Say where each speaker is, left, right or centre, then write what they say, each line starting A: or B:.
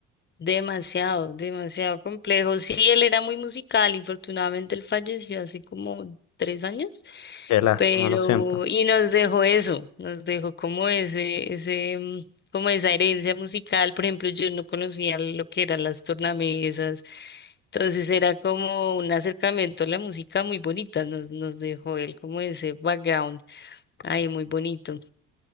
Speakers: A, on the left; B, on the left.
A: Demasiado, demasiado complejo. Sí, él era muy musical, infortunadamente él falleció hace como tres años,
B: Qué lástima,
A: pero
B: lo siento.
A: y nos dejó eso, nos dejó como ese, ese, mm, como esa herencia musical. Por ejemplo, yo no conocía lo que eran las tornamesas, entonces era como un acercamiento a la música muy bonita, nos, nos dejó él como ese background ahí muy bonito,